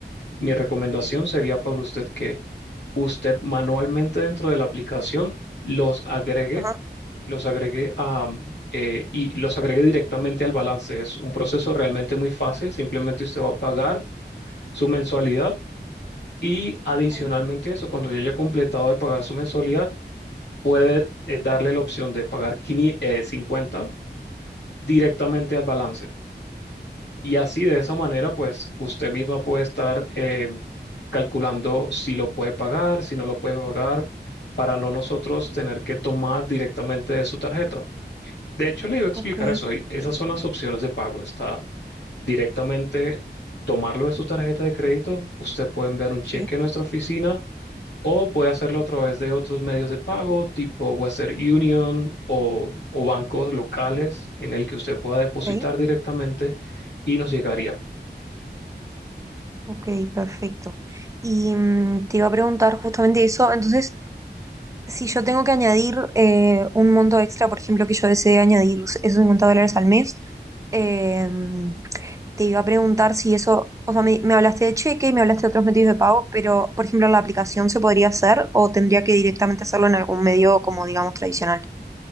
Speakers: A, on the left; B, on the right.
A: mi recomendación sería para usted que usted manualmente dentro de la aplicación los agregue,
B: Ajá,
A: los agregue a, mm, eh, y los agregue directamente al balance. Es un proceso realmente muy fácil. Simplemente usted va a pagar su mensualidad y adicionalmente
B: ok,
A: a eso, cuando ya haya completado de pagar su mensualidad, puede eh, darle la opción de pagar 500, eh, 50 directamente al balance. Y así de esa manera, pues usted misma puede estar eh, calculando si lo puede pagar, si no lo puede pagar, para no nosotros tener que tomar directamente de su tarjeta. De hecho, le iba a explicar
B: ok,
A: eso. y Esas son las opciones de pago. Está directamente tomarlo de su tarjeta de crédito. Usted puede enviar un
B: sí,
A: cheque a nuestra oficina o puede hacerlo a través de otros medios de pago, tipo Western Union o, o bancos locales en el que usted pueda depositar
B: ok,
A: directamente y nos llegaría.
B: ok, perfecto. Y mm, te iba a preguntar justamente eso, entonces, si yo tengo que añadir eh, un monto extra, por ejemplo, que yo desee añadir esos 50 dólares al mes, eh, te iba a preguntar si eso, o sea, me, me hablaste de cheque y me hablaste de otros medios de pago, pero, por ejemplo, ¿la aplicación se podría hacer o tendría que directamente hacerlo en algún medio, como digamos, tradicional?